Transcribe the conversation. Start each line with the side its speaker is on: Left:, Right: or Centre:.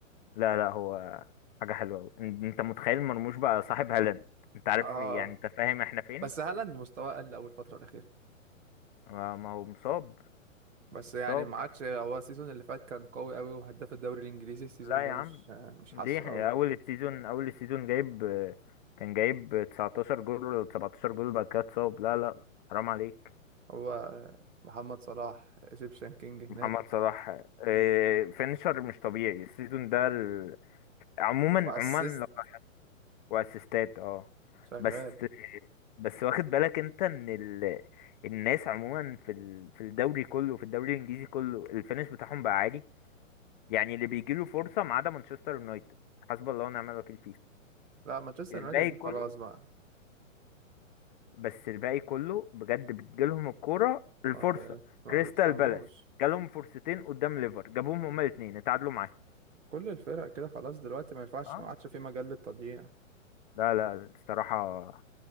Left: لا لا هو حاجه حلوه أوي. إن- انت متخيل مرموش بقى صاحب هالاند انت عارف
Right: اه
Left: يعني انت فاهم احنا فين
Right: بس هالاند مستواه قل أول فترة الأخيرة
Left: آه، ما هو مصاب
Right: بس يعني
Left: مصاب
Right: ما عادش هو السيزون اللي فات كان قوي قوي وهداف الدوري الإنجليزي السيزون
Left: لا
Right: ده
Left: يا عم
Right: مش مش حاسه
Left: ليه
Right: قوي
Left: اول السيزون اول السيزون جايب آه، كان جايب 19 جول ولا 17 جول بعد كده اتصاب لا لا حرام عليك
Right: هو محمد صلاح ايجيبشن كينج هناك
Left: محمد صلاح آه، فينشر مش طبيعي السيزون ده ال... عموما
Right: وأسيست
Left: عموما لو واسيستات اه
Right: شغال
Left: بس بس واخد بالك انت ان ال... الناس عموما في ال... في الدوري كله في الدوري الانجليزي كله الفينش بتاعهم بقى عالي يعني اللي بيجيله فرصة ما عدا مانشستر يونايتد حسب الله ونعم الوكيل فيه
Right: لا مانشستر
Left: الباقي
Right: يونايتد دي
Left: كله
Right: خلاص بقى
Left: بس الباقي كله بجد بتجيلهم الكورة
Right: ما
Left: الفرصة
Right: بت... ما
Left: كريستال
Right: بتفهموش
Left: بالاس جالهم فرصتين قدام ليفر جابوهم هما الاثنين اتعادلوا معاهم
Right: كل الفرق كده خلاص دلوقتي ما ينفعش
Left: اه
Right: ما عادش في مجال للتضييع
Left: لا لا الصراحة